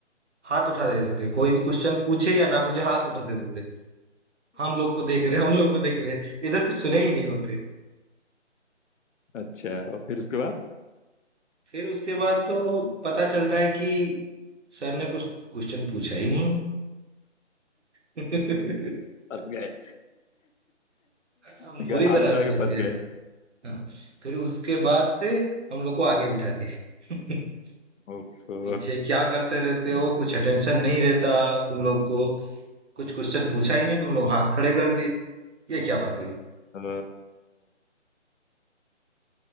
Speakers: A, on the right; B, on the left.
A: हाथ उठा देते थे कोई भी क्वेश्चन पूछे या ना पूछे हाथ उठा देते थे हम लोग को देख रहे हैं हम लोग को देख रहे हैं इधर कुछ सुने ही नहीं होते
B: अच्छा और फिर उसके बाद
A: फिर उसके बाद तो पता चलता है कि सर ने कुछ क्वेश्चन पूछा ही नहीं <laughs>
B: फंस गए
A: हम
B: ग-
A: बुरी
B: हाथ
A: तरह
B: उठा
A: से
B: के
A: फंस
B: फंस
A: गए
B: गए
A: हाँ, फिर उसके बाद से हम लोग को आगे बिठा दिए <laughs>
B: ओफो
A: पीछे क्या करते रहते
B: <laughs>
A: हो कुछ अटेंशन नहीं रहता तुम लोग को कुछ क्वेश्चन पूछा ही नहीं तुम लोग हाथ खड़े कर दिए ये क्या बात हुई
B: अ,